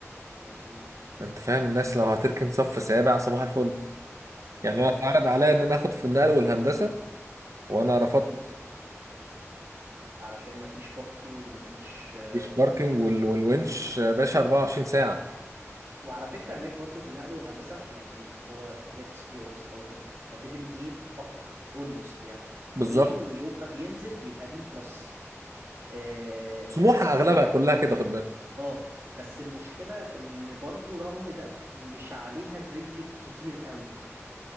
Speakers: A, on the right; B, on the right.
A: مظبوط
B: انت فاهم الناس لو هتركن صف سابع صباح الفل يعني
A: اه
B: انا اتعرض عليا ان انا اخد في النقل والهندسه وانا رفضت
A: امم علشان مفيش باركينج مفيش آه،
B: مفيش باركينج
A: م...
B: وال... والونش يا باشا 24
A: اه
B: ساعه
A: وعلى فكرة هناك برضو في النقل والهندسة يعني هو let's be honest هو كت... كاتيجوري ايه فقط almost يعني
B: بالظبط
A: ايه ويوم ما بينزل بيبقى بي بلس آه،
B: سموحه
A: بس
B: اغلبها كلها كده خد بالك
A: اه بس المشكلة ان برضو رغم ده مش عليها الرجل الكتير قوي